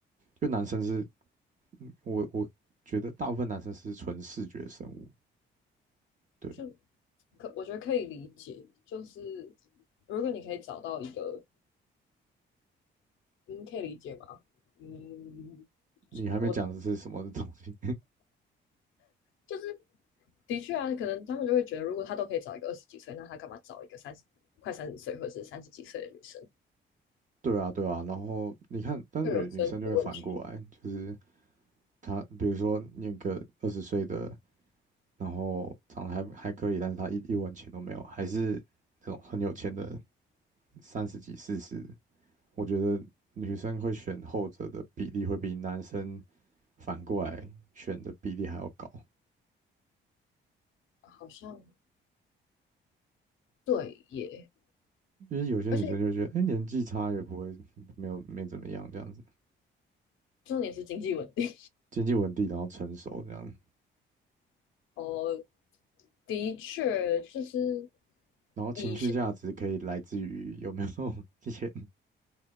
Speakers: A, on the right; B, on the left.
A: 就男生是，嗯我我觉得大部分男生是纯视觉生物，对
B: 就可我觉得可以理解，就是如果你可以找到一个，嗯，可以理解吗？嗯，
A: 你还没讲的是什么东西，
B: 我就是的确啊，可能他们就会觉得，如果他都可以找一个二十几岁，那他干嘛找一个三十快三十岁或者是三十几岁的女生？
A: <laughs> 对啊对啊，然后你看，但女女生就会反过来，
B: 就有生育的问题，
A: 就是她比如说那个二十岁的，然后长得还还可以，但是她一一文钱都没有，还是那种很有钱的三十几四十，我觉得女生会选后者的比例会比男生反过来选的比例还要高。
B: 好像对耶，
A: 因为有些女生就觉得，
B: 而且
A: 哎、年纪差也不会没有没怎么样这样子，
B: 重点是经济稳定
A: 经济稳定，然后成熟这样，
B: <laughs> 哦，的确就是
A: 然后情绪价值可以来自于有没有
B: 以
A: <laughs> 钱，